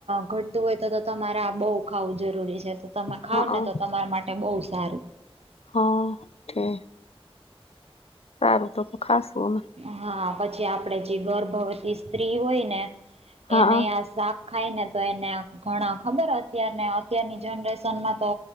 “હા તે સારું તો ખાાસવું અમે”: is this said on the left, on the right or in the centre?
Left